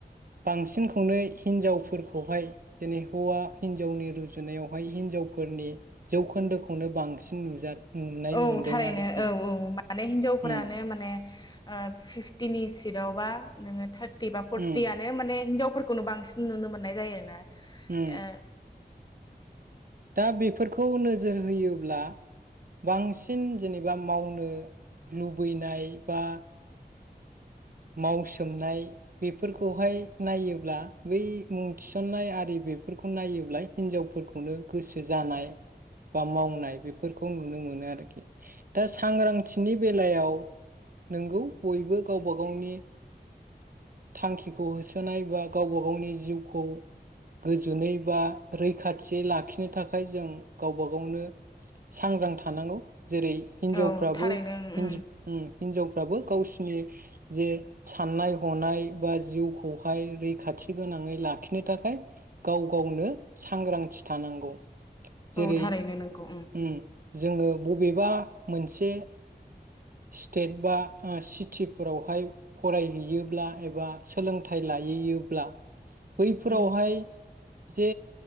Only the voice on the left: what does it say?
औ
थारैनो
औ औ माने हिनजावफोरानो
माने फिफटिनि सिटआवबा नोङो थार बा फरटिआनो
माने हिनजाव फोरखौनो बांसिन नुनो मोन्नाय जायोना
ए
ओ औ थारैनो
ओम
औ थारैनो नंगौ
उम